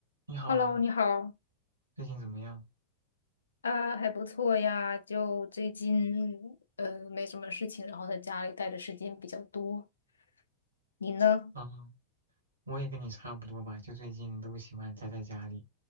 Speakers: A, on the right; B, on the left.
A: 你好，
B: Hello，你好
A: 最近怎么样？
B: 啊，还不错呀。就最近呃没什么事情，然后在家里待的时间比较多。你呢？
A: 啊，我也跟你差不多吧，就最近都喜欢宅在家里，